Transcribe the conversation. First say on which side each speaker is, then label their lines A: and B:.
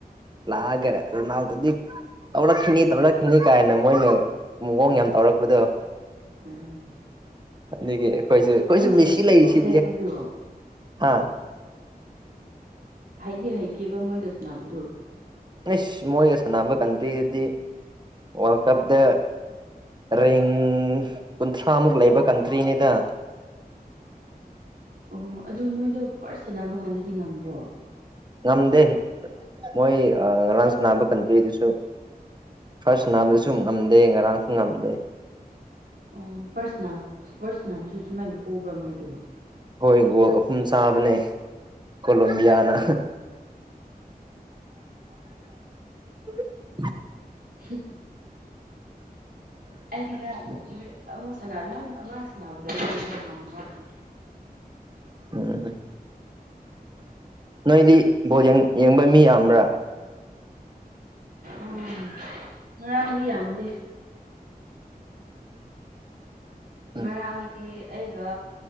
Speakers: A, on the right (about 30°); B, on the right (about 80°).
A: ꯂꯥꯛꯑꯒ ꯔꯣꯅꯥꯜꯗꯣꯗꯤꯛ ꯇꯧꯔꯛꯈꯤꯅꯤ ꯇꯧꯔꯛꯈꯤꯅꯤ ꯀꯥꯏꯅ ꯃꯣꯏꯅ ꯃꯑꯣꯡ ꯌꯥꯝ ꯇꯧꯔꯛꯄꯗꯣ
B: ꯎꯝ
A: ꯑꯗꯒꯤ ꯑꯩꯈꯣꯏꯁꯨ ꯑꯩꯈꯣꯏꯁꯨ
B: ꯑꯗꯣ ꯍꯩꯇꯦꯀꯣ
A: ꯃꯦꯁꯤ ꯂꯩꯔꯤꯁꯤ
B: ꯑꯇꯩꯈꯣꯏꯗꯣ
A: ꯍꯥ
B: ꯍꯩꯗꯤ ꯍꯩꯇꯦꯕ ꯃꯣꯏꯒ ꯁꯅꯕꯗꯨ
A: ꯑꯩꯁ ꯃꯣꯏꯒ ꯁꯥꯟꯅꯕ ꯀꯟꯇ꯭ꯔꯤꯗꯨꯗꯤ ꯋꯥꯔꯜ ꯀꯞꯇ ꯔꯦꯡ ꯀꯨꯟꯊ꯭ꯔꯥꯃꯨꯛ ꯂꯩꯕ ꯀꯟꯇ꯭ꯔꯤꯅꯤꯗ
B: ꯑꯣ ꯑꯗꯨ ꯃꯣꯏꯗꯣ ꯐꯥꯔꯁ‌ ꯁꯥꯟꯅꯕ ꯀꯥꯟꯗꯗꯤ ꯉꯝꯕ꯭ꯔꯣ
A: ꯉꯝꯗꯦ ꯃꯣꯏ ꯉꯔꯥꯡ ꯁꯥꯟꯅꯕ ꯀꯟꯇ꯭ꯔꯤꯗꯨꯁꯨ ꯐꯥꯔꯁ ꯁꯅꯥꯕꯗꯨꯁꯨ ꯉꯝꯗꯦ ꯉꯔꯥꯡꯁꯨ ꯉꯝꯗꯦ
B: ꯑꯣ ꯐꯥꯔꯁ ꯁꯅꯥ ꯐꯥꯔꯁ ꯁꯅꯥꯕꯁꯨ ꯁꯨꯃꯥꯏꯅ ꯄꯣꯕ꯭ꯔꯥ ꯃꯣꯏꯗꯨ
A: ꯍꯣꯏ ꯒꯣꯜ ꯑꯍꯨꯝ ꯆꯥꯕꯅꯦ ꯀꯣꯂꯣꯝꯕꯤꯌꯥꯅ <inaudible>
B: ꯍꯨꯝ ꯑꯩꯗꯤ ꯉꯔꯥꯡ ꯃꯣꯏ ꯑꯃꯨꯛ ꯁꯅꯅꯍꯟ ꯑꯃ ꯁꯅꯕꯗ ꯑꯩꯗꯤ ꯃꯣꯏ ꯉꯝꯕ꯭ꯔꯥ ꯈꯟꯕꯅꯦ
A: ꯎꯝ ꯅꯣꯏꯗꯤ ꯕꯣꯜ ꯌꯦꯡ ꯌꯦꯡꯕ ꯃꯤ ꯌꯥꯝꯕ꯭ꯔꯥ
B: ꯎꯝ ꯉꯔꯥꯡꯗꯤ ꯌꯥꯝꯗꯦ
A: ꯎꯝ
B: ꯉꯔꯥꯡꯗꯤ ꯑꯩꯒ